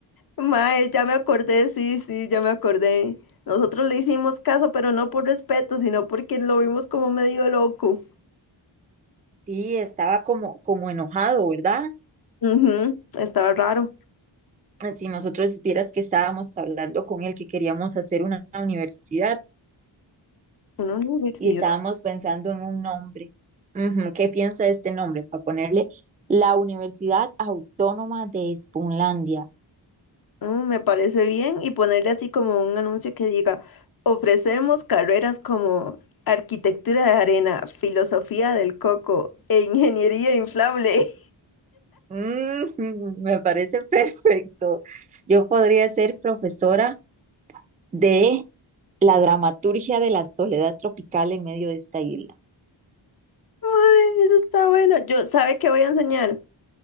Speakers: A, on the left (about 50°); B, on the right (about 20°).
A: Mae, ya me acordé, sí, sí, ya me acordé. Nosotros le hicimos caso, pero no por respeto, sino porque lo vimos como medio loco.
B: Sí, estaba como, como enojado, ¿verdad?
A: Ujú, estaba raro.
B: Si nosotros vieras que estábamos hablando con él, que queríamos hacer una universidad
A: Una universidad.
B: y estábamos pensando en un nombre. Ujú, ¿Qué piensa de este nombre? Para ponerle la Universidad Autónoma de Espunlandia.
A: Mm, me parece bien y ponerle así como un anuncio que diga, ofrecemos carreras como arquitectura de arena, filosofía del coco e ingeniería inflable.
B: Ujú, me parece perfecto. Yo podría ser profesora de la dramaturgia de la soledad tropical en medio de esta isla.
A: <laughs> Mae, eso está bueno. Yo, ¿sabe qué voy a enseñar?